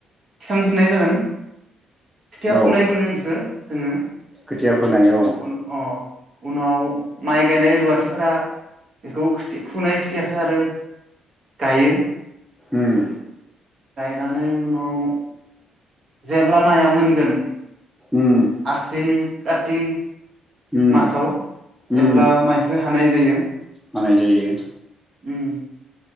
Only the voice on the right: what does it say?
थिखांफिननाय जागोन खोथिया
फुनाय बुङो बेखौ जोङो
अ
उन अ <unintelligible> उनाव माइ गायनाय रुवाथिफोरा बेखौ खोथ <unintelligible> फुनाय खोथियाखो आरो गायो
<unintelligible> नानै उनाव जेब्ला माइआ मोनगोन
आसिन काति
मासाव
एब्ला माइखो हानाय जायो।
उम